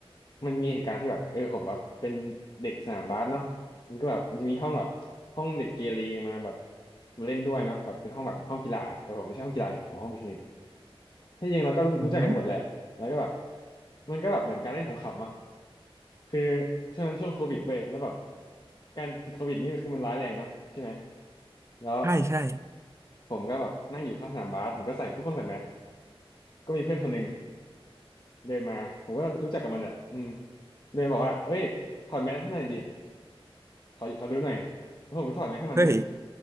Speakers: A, on the left (about 45°); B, on the right (about 30°).
A: มันมีเหตุการณ์ที่แบบเออผมแบบเป็นเด็กสนามบาสเนาะมันก็แบบมันจะมีห้องแบบห้องเด็กเกเรมาแบบมาเล่นด้วยเนาะแบบเป็นห้องแบบห้องกีฬาแต่ผมไม่ใช่ห้องกีฬาไงผมห้องวิทย์คณิตที่จริงเราก็รู้จักกันหมดแหละแล้วก็แบบ
B: อืม
A: มันก็แบบเหมือนการเล่นขำๆอ่ะคือช่วงนั้นช่วงโควิดเว้ยแล้วแบบการติดโควิดนี่คือมันร้ายแรงเนาะใช่ไหมแล้ว
B: ใช่ใช่
A: ผมก็แบบนั่งอยู่ข้างสนามบาสผมก็ใส่ทุกคนใส่แมสก็มีเพื่อนคนหนึ่งเดินมาผมก็รู้จักกับมันแหละอืมเดินบอกว่าเอ้ยถอดแมสให้หน่อยดิ ขอขอดูหน่อยแล้วผมก็ถอดแมสให้มันเว้ย
B: เฮ้ย